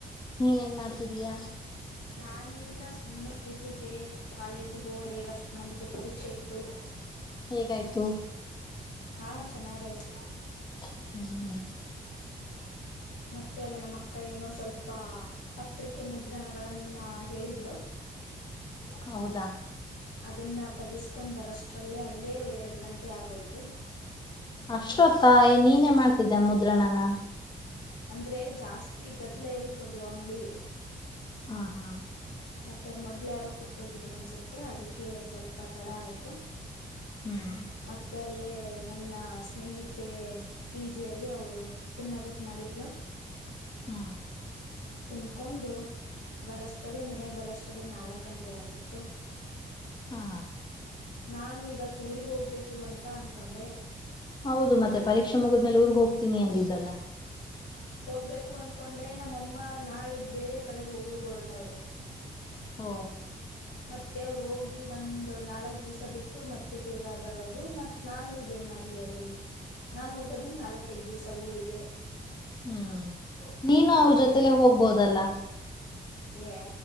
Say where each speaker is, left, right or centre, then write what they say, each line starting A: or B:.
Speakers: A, on the left; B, on the left.
A: ನೀನೇನ್ ಮಾಡ್ತಿದ್ದೀಯಾ.
B: ನಾನೇನಿಲ್ಲ ಸುಮ್ನೆ ಕೂತಿದ್ದೆ ಕಾಲೇಜಿಗ್ ಹೋದೆ ಇವಾ ನಮ್ದು ಪರೀಕ್ಷೆ ಇತ್ತು.
A: ಹೇಗಾಯ್ತು.
B: ಹಾ ಚೆನ್ನಾಗಾಯ್ತು.
A: <inaudible>
B: ಮತ್ತೆ ಅದು ನಮ್ಮಕ್ಕ ಏನೋ ಸ್ವಲ್ಪ ಪತ್ರಿಕೆ ಮುದ್ರಣಗಳನ್ನ ಹೇಳಿದ್ಲು.
A: ಹೌದಾ?
B: ಅದನ್ನ ತಗಸ್ಕೊಂಡ್ ಬರಷ್ಟ್ರಲ್ಲೇ ಅಲ್ಲೇ ಎರಡು ಗಂಟೆ ಆಗೋಯ್ತು.
A: ಅಷ್ಟೊತ್ತ, ನೀನೇ ಮಾಡ್ತಿದ್ದ ಮುದ್ರಣನ?
B: ಅಂದ್ರೆ ಜಾಸ್ತಿ ಗದ್ಲ ಇರುತ್ತದು ಅಂಗಡಿ.
A: ಹಾ ಹಾ
B: ಮತ್ತೆ ಮೊದ್ಲ್ ಯಾರೋ ಕೊಟ್ಟೋಗಿದ್ರಂನ್ಸುತ್ತೆ ಅದಕ್ಕೆ ಸ್ವಲ್ಪ ತಡ ಆಯ್ತು.
A: ಹ್ಮ್
B: ಮತ್ತೆ ಅಲ್ಲೇ ನನ್ನ ಸ್ನೇಹಿತೆ ಪಿ ಜಿಯಲ್ಲಿ ಅವಳು ತಿನ್ನೊದಕ್ ಮಾಡಿದ್ಲು.
A: ಹ್ಮ
B: ತಿನ್ಕೊಂಡು ಬರಷ್ಟ್ರಲ್ಲೇ ಮನೆಗೆ ಬರೋಷ್ಟ್ರಲ್ಲೇ ನಾಲಕ್ ಗಂಟೆ ಆಗಿತ್ತು.
A: ಹಾ
B: ನಾನು ಇವತ್ತು ಊರಿಗ್ ಹೋಗ್ಬೇಕು ಅಂತ ಅನ್ಕೊಂಡೆ.
A: ಹೌದು ಮತ್ತೆ ಪರೀಕ್ಷೆ ಮುಗಿದ್ಮೇಲೆ ಊರ್ಗ್ ಹೋಗ್ತೀನಿ ಅಂದಿದ್ದಲ್ಲ.
B: ಹೋಗ್ಬೇಕು ಅನ್ಕೊಂಡೆ ನಮ್ಮಮ್ಮ ನಾಳಿಗ್ ಬೇರೆ ಕಡೆ ಊರ್ಗ್ ಹೊರ್ರ್ಟವ್ರೆ.
A: ಓ
B: ಮತ್ತೆ ಅವ್ರು ಹೋಗಿ ಒಂದ್ ನಾಲ್ಕ್ ದಿವ್ಸ ಬಿಟ್ಟು ಮತ್ತೆ ತಿರ್ಗ ಬರೊದು ಮತ್ ನಾನ್ ಹೋಗಿ ಏನ್ ಮಾಡ್ಲಿ ಅಲ್ಲಿ ನಾನ್ ಹೋಗದೇ ನಾಲ್ಕೖದ್ ದಿವ್ಸ ಊರಿಗೆ.
A: ಹ್ಮ್ ನೀನು ಅವ್ರ್
B: ಅದಕ್ಕೆ
A: ಜೊತೆಲೆೇ ಹೋಗ್ಬೋದಲ್ಲ.
B: ಏ ಎ